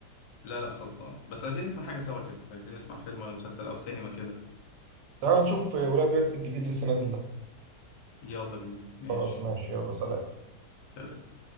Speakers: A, on the left; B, on the right.
A: لا لا خلصان بس عايزين نسمع حاجة سوا كده عايزين نسمع فيلم ولا مسلسل او سينما كده
B: تعال نشوف ولاد رزق الجديد لسه نازل ده
A: يلا بينا ماشي
B: خلاص ماشي يلا سلام
A: سلام